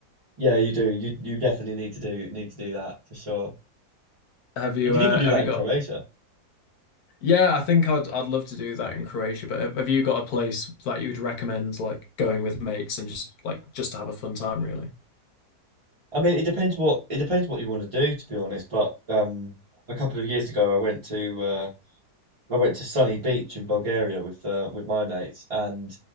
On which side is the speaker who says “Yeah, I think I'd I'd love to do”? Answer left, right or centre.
Left